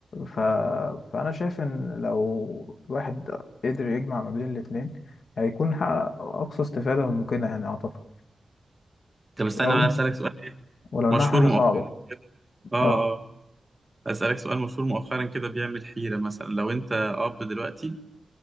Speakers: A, on the left (about 70°); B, on the right (about 15°).
A: ف... فانا شايف ان لو الواحد قدر يجمع ما بين الاتنين هيكون حقق اقصى استفادة ممكنة يعني اعتقد
B: طب استنى
A: لو
B: بقى اسألك سؤال ايه
A: ولو انها
B: مشهور
A: حاجة
B: مؤخرا
A: صعبة
B: كده اه
A: اه
B: اه اسألك سؤال مشهور مؤخرا كده بيعمل حيرة مثلا لو انت اب دلوقتي